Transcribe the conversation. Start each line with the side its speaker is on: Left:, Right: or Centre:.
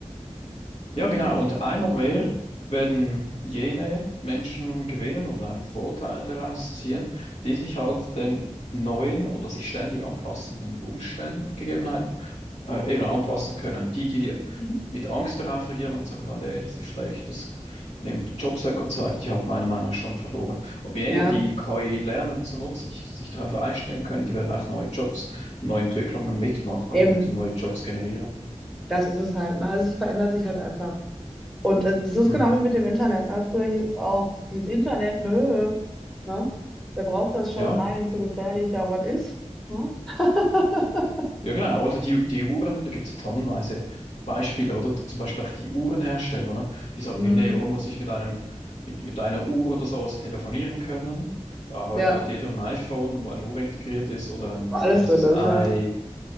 Left: Ja, genau.
Centre: ne?
Left: Und einmal mehr werden jene Menschen gewinnen und einen Vorteil daraus ziehen, die sich halt den neuen oder sich ständig anpassenden Umständen, Gegebenheiten äh, eben anpassen können. Die, die
Centre: Mhm.
Left: mit Angst darauf reagieren und sagen, ah, nee, das ist schlecht, das nimmt Jobs weg und so weiter, die haben meiner Meinung nach schon verloren. Ob jene,
Centre: Ja,
Left: die KI lernen zu nutzen, sich, sich darauf einstellen können, die werden auch neue Jobs, neue Entwicklungen mitmachen
Centre: eben.
Left: und neue Jobs generieren.
Centre: Das ist es halt. Ne? Also es verändert sich halt einfach. Und äh, das ist
Left: Mhm.
Centre: genau wie mit dem Internet. Ne? Früher hieß es auch, dieses Internet, nö. Ne? Wer braucht das schon?
Left: Ja.
Centre: Nein, zu gefährlich. Ja, was ist? Ne? <laughs>
Left: Ja, genau. Oder die, die Uhren, da gibt es ja tonnenweise Beispiele, oder? Zum Beispiel auch die Uhrenhersteller, ne? Die sagen
Centre: Mhm.
Left: dir, nee, warum muss ich mit einem, mit, mit einer Uhr oder sowas telefonieren können? Äh, heute
Centre: Ja,
Left: hat jeder ein iPhone, wo eine Uhr integriert ist, oder ein,
Centre: alles
Left: äh, wie heißt
Centre: drin
Left: das,
Centre: ist,
Left: i,
Centre: ja.